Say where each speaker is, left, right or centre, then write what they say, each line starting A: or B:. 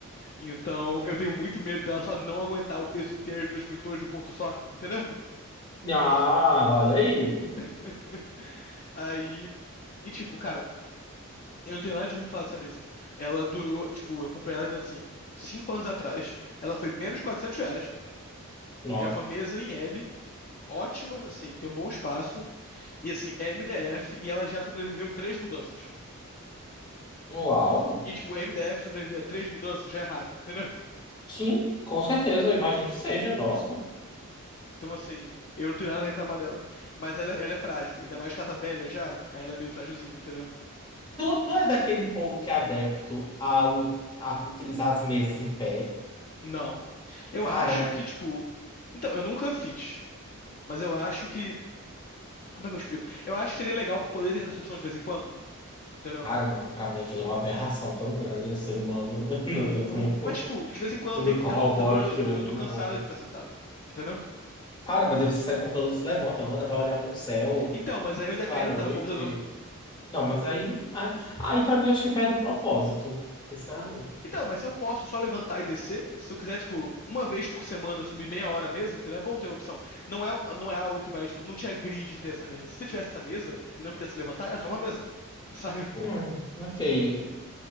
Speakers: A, on the left; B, on the left.
A: Então, eu tenho muito medo dela só não aguentar o peso inteiro de dois monitores de um ponto só, entendeu?
B: Ah, olha aí.
A: <laughs> Aí, e tipo, cara, Eu não tenho nada de ruim pra falar dessa mesa. Ela durou, tipo, eu comprei ela ainda assim, cinco anos atrás. Ela foi menos de 400 reais.
B: Nossa,
A: É uma mesa em L, ótima, assim, tem um bom espaço. E assim, é MDF e ela já sobreviveu três mudanças.
B: uau.
A: E, tipo, MDF sobreviver a três mudanças já é raro, entendeu? <laughs>
B: Sim, com certeza, eu imagino que seja, nossa.
A: Então, assim, eu não tenho nada a reclamar dela. Mas ela, é, ela é frágil, ainda mais que ela tá velha já, aí ela é meio frágilzinha, entendeu?
B: Tu, tu é daquele povo que é adepto a, u- a utilizar as mesas em pé?
A: Não. Eu
B: Cara,
A: acho que, tipo. Então, eu nunca fiz, mas eu acho que. Como é que eu explico? Eu acho que seria legal poder ter essa opção de vez em quando. Entendeu?
B: cara, não, pra mim aquilo é uma aberração tão grande no ser humano. <laughs> Eu não, eu não,
A: Mas, tipo, de vez em quando
B: eu
A: eu tenho
B: não
A: que
B: corroboro
A: estar no computador, eu
B: com aquilo
A: tô, eu
B: ali,
A: tô
B: não.
A: cansado de estar sentado. Entendeu?
B: Cara, mas aí você sai do computador, se levanta, anda, vai olhar pro céu
A: Então, mas aí eu ainda
B: à
A: quero
B: noite.
A: estar no computador.
B: Não, mas aí, aí, aí pra mim eu acho que perde o propósito, sinceramente.
A: Então, mas se eu posso só levantar e descer? Se eu quiser, tipo, uma vez por semana subir meia hora a mesa, entendeu? É bom ter a opção. Não é, não é algo que vai, tipo, não te agride ter essa mesa. Se você tivesse essa mesa e não quisesse levantar, é só uma mesa. <laughs> Sabe?
B: Hum, ok.